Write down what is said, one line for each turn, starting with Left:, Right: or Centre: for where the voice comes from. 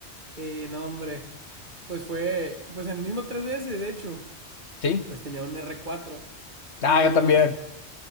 Right: Eh, no, hombre. Pues fue, pues en el mismo 3DS, de hecho,
Left: ¿Sí?
Right: pues tenía un R4.
Left: Ah,
Right: Y,
Left: yo también.